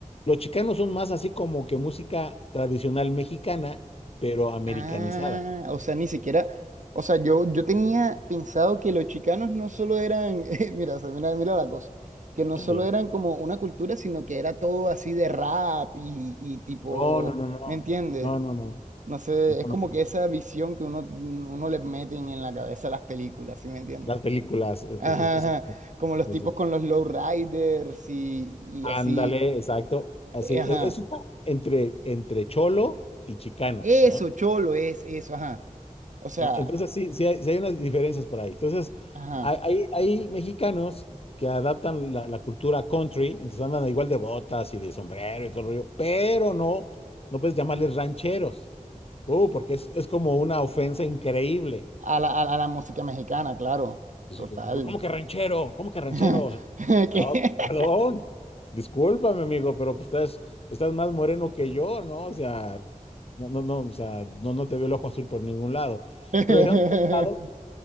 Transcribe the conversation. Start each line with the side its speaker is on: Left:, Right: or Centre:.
Left: Los chicanos son más así como que música tradicional mexicana, pero americanizada.
Right: Ah, o sea, ni siquiera, o sea, yo, yo tenía pensado que los chicanos no solo eran, <laughs> eh, mira, o sea, mira, mira la cosa, que no
Left: Ajá.
Right: solo eran como una cultura, sino que era todo así de rap y, y tipo,
Left: No, no, no, no.
Right: ¿me entiendes?
Left: No, no, no.
Right: No sé,
Left: No,
Right: es
Left: no,
Right: como
Left: no.
Right: que esa visión que uno, uno le meten en la cabeza a las películas, ¿sí me entiendes?
Left: Las películas, e- e-
Right: Ajá,
Left: e- exacto.
Right: ajá, como los
Left: Sí,
Right: tipos
Left: sí.
Right: con los lowriders y, y
Left: Ándale,
Right: así,
Left: exacto. Así,
Right: eh, ajá.
Left: e- eso está entre, entre cholo y chicano,
Right: Eso,
Left: ¿no?
Right: cholo, es eso, ajá. O sea,
Left: E- Entonces sí, sí hay, sí hay unas diferencias por ahí. Entonces,
Right: ajá.
Left: hay, hay, hay mexicanos que adaptan la, la cultura country, entonces andan igual de botas y de sombrero y todo el rollo, pero no, no puedes llamarles rancheros, Uh, porque es, es como una ofensa increíble.
Right: A la, a, a la música mexicana, claro,
Left: Sí,
Right: total.
Left: ¿Cómo que ranchero? ¿Cómo que ranchero?
Right: <laughs>
Left: O sea,
Right: ¿Qué?
Left: ah, perdón. Discúlpame, amigo, pero pues, estás, estás más moreno que yo, ¿no? O sea, no, no, no, o sea, no, no te veo el ojo azul por ningún lado.
Right: <laughs>
Left: Pero dejando de lado,